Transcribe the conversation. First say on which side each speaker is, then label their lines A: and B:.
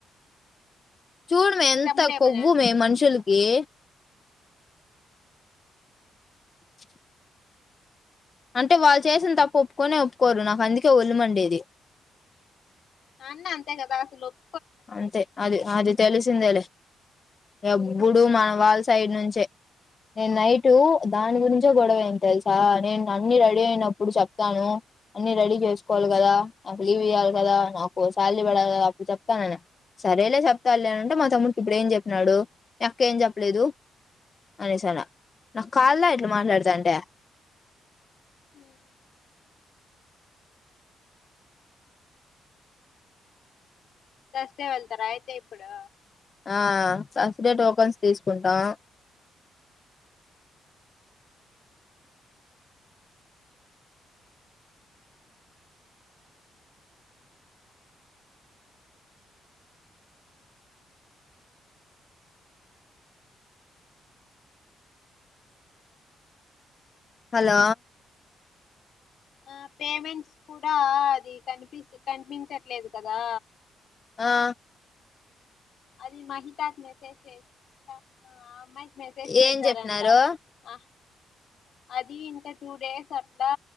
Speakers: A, on the left; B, on the left.
A: చూడు మే,
B: నీ
A: ఎంత
B: తమ్ముడేమనా
A: కొవ్వు మే మనుషులు. ఏ? <inaudible> అంటే వాళ్ళు చేసిన్తప్పు ఒప్పుకొనే ఒప్పుకోరు. నాకు అందుకే ఒళ్ళుమండేది?
B: ఆ అన్న అంతే కదా, అసలొప్
A: అంతే, అది ఆది. తెలిసిందేలే, ఎప్పుడు మన వాళ సైడ్ నుంచే. నేన్ నైటు దానిగురించే గొడవైంది తెల్సా? నేన్ అన్నీ రెడీ ఐనప్పుడు చెప్తాను. అన్ని రెడీ చేసుకోవాల్గదా? నాకు లీవ్ ఇయ్యాల్గాదా? నాకు సాలరీ పడాలి గదా? అపుడు చెప్ త్తానన్, సరేలే చెప్ తల్లెమనుంటే మా తమ్ముడికి ఇప్పుడేం చెప్పినాడు? అక్కెం చెప్ లేదు అనేసన్న. నాక్ కాల్దా ఇట్ల మాట్లాడతాంటే?
B: హ్మ్ తెస్తే వెళ్తారా అయితే ఇప్పుడు?
A: ఆ ఫస్ట్ డే టోకన్స్ తీసుకుంటాం. హలో
B: ఆ పేమెంట్స్ కూడా, అది కనిపిస్ కనిపించట్లేదు కదా?
A: ఆ
B: అది మాహితాక్ మెసేజ్ చేస్ స్నా. ఆప్ అమ్మాయికి మెసేజ్ చేసారంట,
A: ఏం చెప్పినారు
B: ఆహ్ అది ఇంకా టూ డేస్ అట్లా